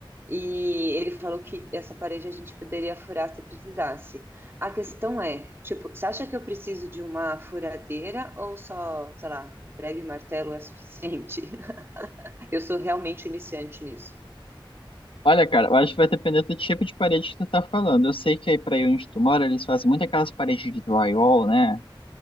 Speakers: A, on the right; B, on the left.
A: e ele falou que essa parede a gente poderia furar se precisasse. A questão é, tipo, você acha que eu preciso de uma furadeira ou só, sei lá, prego e martelo é suficiente? <laughs> Eu sou realmente iniciante nisso.
B: Olha, cara, eu acho que vai depender do tipo de parede que tu tá falando. Eu sei que aí pra aí onde tu mora, eles fazem muito aquelas paredes de drywall, né?